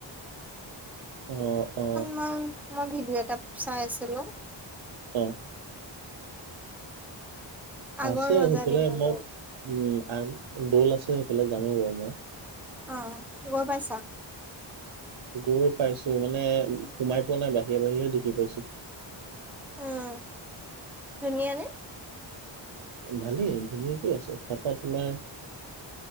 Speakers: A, on the right; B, in the centre.
A: অ'। অ
B: মই, মই ভিডিঅ' এটা চাই আছিলো।
A: অ'।
B: আগৰ
A: আছে
B: ৰজা
A: সেইফালে
B: দিনীয়া
A: মই,
B: দৌল
A: উম, দৌল আছে সেইফালে জানো বাৰু মই।
B: অ' গম পাইছা।
A: গৈ পাইছো, মানে সোমাই পোৱা নাই বাহিৰে বাহিৰে দেখি পাইছো।
B: উম, ধুনীয়া নে?
A: ভালেই ধুনীয়াকে আছে, তাৰ পৰা তোমাৰ